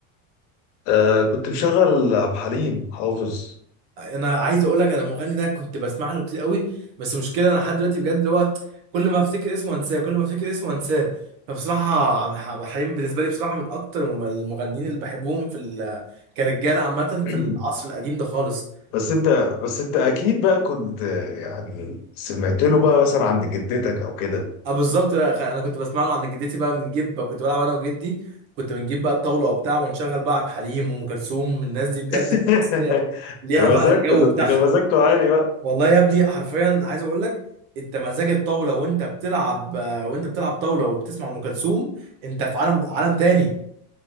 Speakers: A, on the left (about 60°); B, on the right (about 65°).
A: آه كنت مشغل عبد الحليم حافظ
B: انا عايز اقول لك انا المغني ده كنت بسمع له كتير قوي بس مشكله انا لحد دلوقتي بجد اللي هو كل ما افتكر اسمه انساه كل ما افتكر اسمه انساه فبصراحه عبد الح- عبد الحليم بالنسبه لي بصراحه من اكتر الم- المغنيين اللي بحبهم في ال- كرجاله عامه
A: <clears throat>
B: في العصر القديم ده خالص
A: بس انت بس انت اكيد بقى كنت آه، يعني سمعت له بقى مثلا عند جدتك او كده
B: اه بالظبط بقى، خ- انا كنت بسمع له عند جدتي بقى بنجيب بقى كنت بلعب انا وجدي كنت بنجيب بقى الطاوله وبتاع ونشغل بقى عبد الحليم وام كلثوم الناس دي بجد
A: <laughs>
B: بتحس إن هي ليها بقى
A: مزاجكوا
B: الجو
A: ده
B: بتاعها
A: انت كان مزاجكوا عالي بقى
B: والله يا ابني حرفيا عايز اقول لك انت مزاج الطاوله وانت بتلعب آه، وانت بتلعب طاوله وبتسمع ام كلثوم انت في عالم عالم تاني